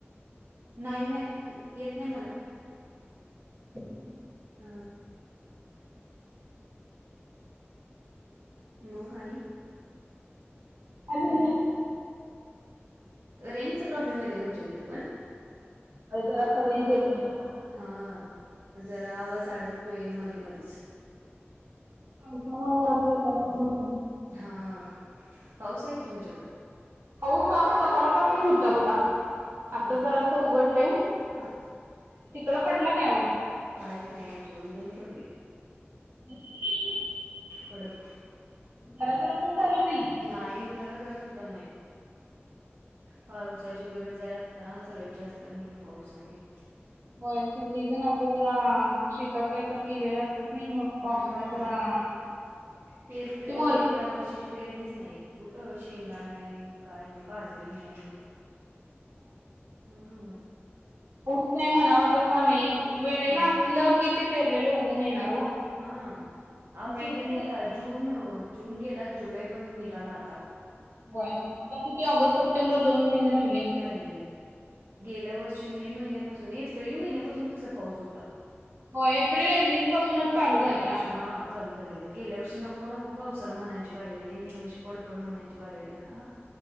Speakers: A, on the right; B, on the right.
A: नाही नाही येत नाही मला.
B: <inaudible>
A: अ मग आणि!
B: अजून नाही.
A: रेंजचा प्रॉब्लेम आहे का तुमच्या तिथं पण?
B: होय जरासं रेंज येत नाही. इथं.
A: हां जरा आवाज अडकतोय मधे मधेच.
B: अगं कवा आवरायचं आता जाऊन झोप
A: हां पाऊस आहे का तुमच्याकडं?
B: पाऊस आज पाऊस आज सकाळपासून होता बघा, आता
A: हा हा
B: जरासं उघडलंय.
A: हा
B: तिकडं पडला काय ओ?
A: काहीच नाही आमच्या इकडं ऊन पडलेय.
B: <inaudible>
A: कडक
B: जराजरा पण झाला नाही?
A: नाही जरा जरा सुद्धा नाही. पावसाची गरज आहे आत्ता सगळ्यात जास्त, आणि पाऊस नाहीेये.
B: होय सगळे जण आता जरा शेतात काहीतर केलेलं असतात नाही, मग पावसाळा
A: हम्म.
B: जरा,
A: पेरते
B: ते
A: तो
B: वर
A: ह्या वर्षीची पेरणीच नाही कुठं शेंगा नाहीत, काय नाही, बाजरी नाही हम्म.
B: पाऊस काय म्हणावा तसा नाही वेळेला
A: हा
B: असलं
A: हा.
B: की ते पेरलेलं उगवून येणार हो.
A: हम्म आओ
B: नाहीतर
A: गेलं की आता
B: मग
A: जून जून गेला जुलै पण निघाला आता.
B: होय आता किती ऑगस्ट, सप्टेंबर दोन महिने राहिले.
A: राहिलेत. गेल्या वर्षी मे महिन्यापासून एप्रिल महिन्यापासून तसा पाऊस होता.
B: हो एप्रिल एंडिंग पासूनच चालू झाले.
A: हां चालू झालेलं गेल्या वर्षी नको नको पावसाला म्हणायची बारी आली आणि ह्या वर्षी पडपड म्हणायची बारी आल्या.